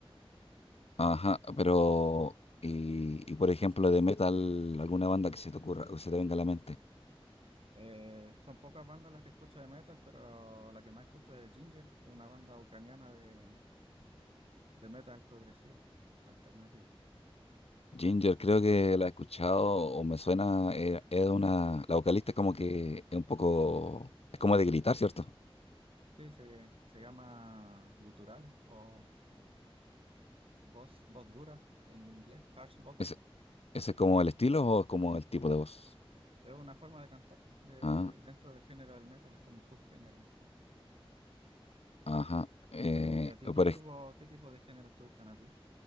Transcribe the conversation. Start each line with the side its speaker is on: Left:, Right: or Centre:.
Left: Ajá, pero, y, y por ejemplo, de metal, alguna banda que se te ocurra o que se te venga a la mente.
Right: Eh, son pocas bandas las que escucho de metal, pero la que más escucho es Ginger, es una banda ucraniana de, de metal progresivo, alternativo.
Left: Ginger, creo que la he escuchado o me suena, eh, es una, la vocalista es como que es un poco, es como de gritar, ¿cierto?
Right: Sí, se, se llama guturales o voz, voz dura en inglés, harsh vocals.
Left: ¿Ese, ese es como el estilo o es como el tipo de voz?
Right: Es una forma de cantar de,
Left: Ah,
Right: dentro del género del metal, es como un subgénero.
Left: ajá. Eh,
Right: ¿Y a ti qué
Left: pero
Right: grupo,
Left: es-
Right: qué tipo de géneros te gustan a ti?